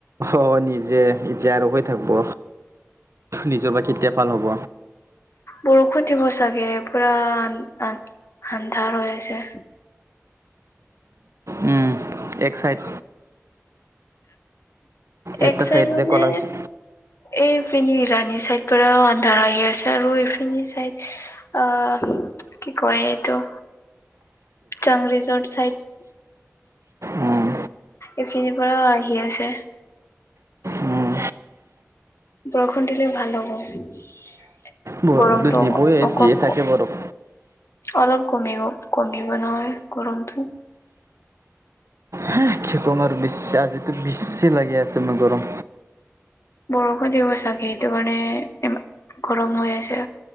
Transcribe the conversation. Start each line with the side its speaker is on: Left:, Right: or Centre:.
Right: অঁ নিজে এতিয়া আৰু হৈ থাকিব নিজৰ বা কেতিয়া ভাল হ'ব?
Left: বৰষুণ দিব চাগে পুৰা আন আন্ধাৰ হৈ আছে।
Right: উম, এক চাইড। এটা
Left: এক চাইজ
Right: চাইডে
Left: মানে
Right: ক'লা হৈছে।
Left: এইপিন ইৰাণী চাইড পৰাও আন্ধাৰ আহি আছে আৰু এইফিনি চাইড অ কি কয় এইটো চাং ৰিজৰ্ট চাইড।
Right: উম,
Left: এইখিনিৰ পৰা আহি আছে।
Right: উম।
Left: বৰষুণ, দিলে ভাল হ'ব
Right: বৰষুণটো
Left: গৰমটো
Right: দিবই
Left: অকপ
Right: দিয়ে থাকে
Left: ক
Right: বৰষুণ।
Left: অলপ কমি কমিব ন হয়। গৰমটো
Right: হা, কি কম আৰু বেছ আজিতো বেছি লাগি আছে মোৰ গৰম।
Left: বৰষুণ দিব চাগে সেইটো কাৰণে ইমা গৰম হৈ আছে,